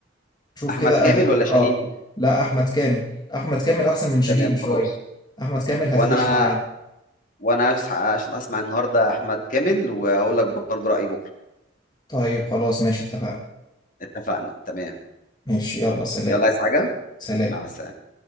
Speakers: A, on the left; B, on the left.
A: شوف
B: احمد
A: كده
B: كامل
A: أغ...
B: ولا شاهين
A: اه لا احمد كامل احمد كامل احسن من شاهين
B: تمام
A: شويه
B: خلاص
A: احمد كامل هتعيش
B: وانا
A: معاه
B: وانا هس- هس- هسمع النهارده احمد كامل واقول لك برضو رايي بكره
A: طيب خلاص ماشي اتفقنا
B: اتفقنا تمام
A: ماشي يلا سلام
B: يلا عايز حاجه
A: سلام
B: مع السلامه